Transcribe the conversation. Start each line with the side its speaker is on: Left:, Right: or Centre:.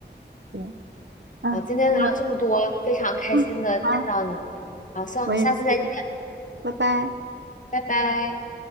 Right: 对，啊，
Left: 好，今天聊了这么多，
Right: 那
Left: 非常开心的见到你。
Right: 嗯，好，
Left: 好，希望我们下次再见，
Right: 我也是，拜拜。
Left: 拜拜。